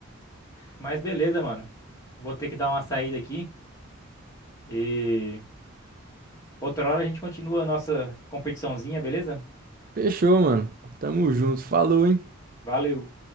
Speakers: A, on the left (about 15°); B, on the right (about 40°).
A: Mas beleza, mano. Vou ter que dar uma saída aqui e outra hora a gente continua a nossa competiçãozinha, beleza?
B: Fechou, mano. Tamo junto. Falou, hein?
A: Valeu.